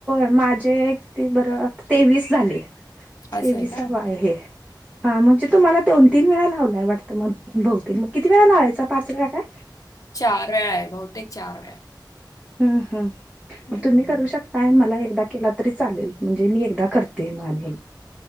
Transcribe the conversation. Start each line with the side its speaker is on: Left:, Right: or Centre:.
Right: माझे ते बरं तेवीस झाले
Left: असं
Right: तेवीसाव
Left: आहे का?
Right: आहे.. हा म्हणजे तुम्हाला दोन तीन वेळा लावलाय वाटतं म बहुतेक मग किती वेळा लावायचा पाच वेळा काय?
Left: चार वेळा आहे बहुतेक चार वेळा...
Right: हम् हम
Left: हम्म.
Right: तुम्ही करू शकताय मला... एकदा केला तरी चालेल म्हणजे मी एकदा करते माले..